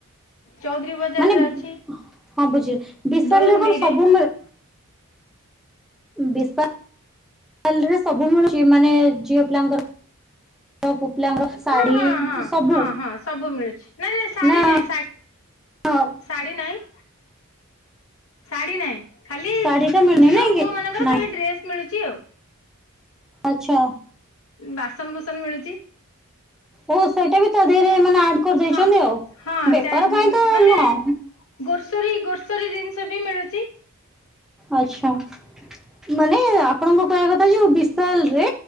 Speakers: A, on the left; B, in the centre.
A: ଚୌଧୁରୀ ବଜାରରେ
B: ମାନେ
A: ଅଛି,
B: ହଁ ବୁଝିଲି ବିଶାଲରେ
A: ଦୋଳ ମୁଣ୍ଡେଇରେ।
B: କଣ ସବୁ ମିଳେ ବିଶାଲରେ ସବୁ ମିଳୁଛି, ମାନେ ଝିଅ ପିଲାଙ୍କର? ପୋପଲାଙ୍କ ଶାଢୀ,
A: ହଁ ହଁ ହଁ
B: ସବୁ
A: ହଁ ହଁ ସବୁ ମିଳୁଛି ନାଇଁ ନାଇଁ ଶାଢୀ
B: ନା
A: ନାଇଁ
B: ହଁ।
A: ଶାଢୀ ନାଇଁ, ଶାଢୀ ନାଇଁ। ଖାଲି
B: ଶାଢୀ ଟା ମିଳୁନି
A: ଝିଅ
B: ନାଇଁ କି?
A: ପୁଅ ମାନଙ୍କର
B: ନାଇଁ
A: ଖାଲି ଡ୍ରେସ୍ ମିଳୁଛି ଆଉ।
B: ଆଛା।
A: ବାସନ କୁସନ୍ ମିଳୁଛି।
B: ଓ ସେଇଟା ବି ତା ଧରେ ମାନେ ଆଡ କରିଦେଇଛନ୍ତି
A: ହଁ
B: ଆଉ,
A: ହଁ
B: ବେପାର
A: ଚା
B: ପାଇଁ ତ
A: ମାନେ
B: ନୁହଁ।
A: ଗୋରସରୀ ଗୋରସରୀ ଜିନିଷ ବି ମିଳୁଛି।
B: ଆଛା, ମାନେ ଆପଣଙ୍କ କହିବା କଥା ଯେ ବିଶାଲ ରେ